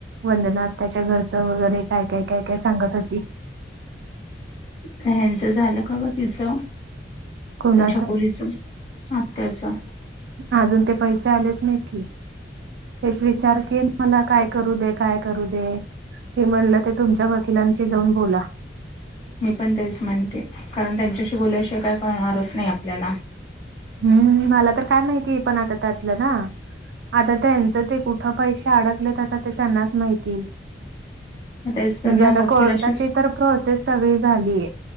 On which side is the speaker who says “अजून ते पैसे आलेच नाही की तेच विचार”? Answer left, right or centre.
Right